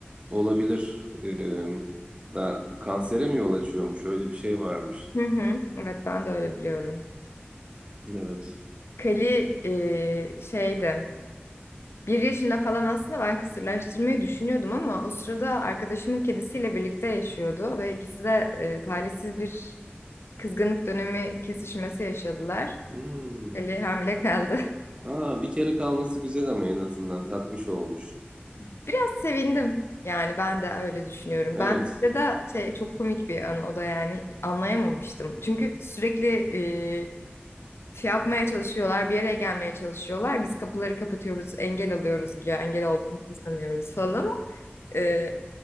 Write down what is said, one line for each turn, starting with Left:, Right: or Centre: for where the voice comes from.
Right: olabilir. E, da, kansere mi yol açıyormuş? Öyle bir şey varmış.
Left: Hı hı. Evet ben de öyle biliyorum.
Right: Evet.
Left: Kali e, şeydi. Bir yaşında falan aslında ben kısırlaştırmayı düşünüyordum ama o sırada arkadaşımın kedisiyle birlikte yaşıyordu ve ikisi de e, talihsiz bir kızgınlık dönemi kesişmesi yaşadılar.
Right: Hmm.
Left: Kali hamile kaldı.
Right: Aa, bir kere kalması güzel ama en azından tatmış olmuş.
Left: <laughs> Biraz sevindim. Yani ben de öyle düşünüyorum.
Right: Evet.
Left: Ben burada da şey çok komik bir anı o da yani anlayamamıştım. Çünkü sürekli e, şey yapmaya çalışıyorlar, bir yere gelmeye çalışıyorlar. Biz kapıları kapatıyoruz, engel alıyoruz ya engel olduğumuzu sanıyoruz falan. Ee,